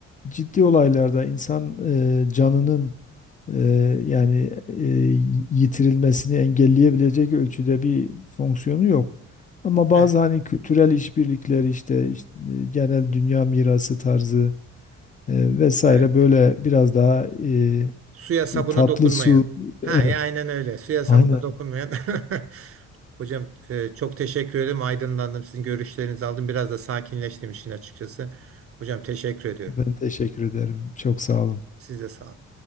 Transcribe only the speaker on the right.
Evet.
Evet.
Suya sabuna
dokunmayan.
Ha
ya aynen öyle. Suya sabuna
dokunmayan. <laughs> Hocam e, çok teşekkür ederim. Aydınlandım. Sizin görüşlerinizi aldım. Biraz da sakinleştim işin açıkçası. Hocam teşekkür ediyorum.
Siz de sağ olun.